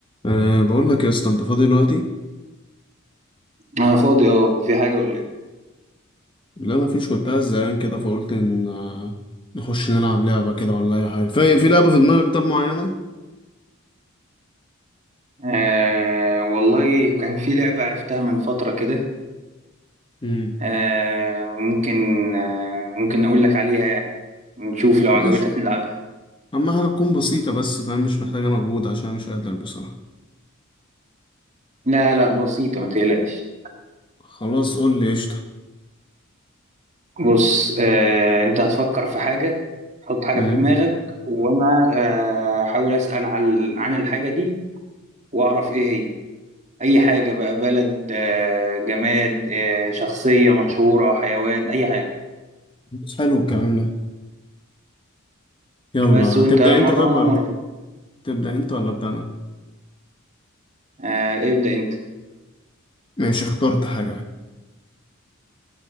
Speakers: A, on the left (about 25°); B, on the right (about 35°).
A: أه بقول لك يا اسطى انت فاضي دلوقتي
B: أنا فاضي أه في حاجة ولا إيه؟
A: لا ما فيش كنت قاعد زهقان كده فقلت ان آه، نخش نلعب لعبه كده ولا اي حاجه في في لعبه في دماغك طب معينه
B: آه والله كان في لعبة عرفتها من فترة كده
A: امم
B: آه ممكن آه ممكن أقول لك عليها يعني نشوف لو عجبتك
A: ماشي
B: نلعبها
A: اهم حاجه تكون بسيطه بس فاهم مش محتاجه مجهود عشان أنا مش قادر بصراحه
B: لا لا بسيطة ما تقلقش
A: خلاص قول لي قشطه
B: بص آه أنت هتفكر في حاجة حط حاجة
A: امم
B: في دماغك وأنا آه، هحاول أسأل عن عن الحاجة دي وأعرف إيه هي أي حاجة بقى بلد آه جماد آه شخصية مشهورة حيوان أي حاجة
A: بس حلو الكلام ده يلا
B: بس
A: هتبدا
B: وأنت مرة
A: انت طب
B: وأنا
A: ولا
B: مرة
A: تبدا انت ولا ابدا انا
B: آه ابدأ أنت
A: ماشي اخترت حاجه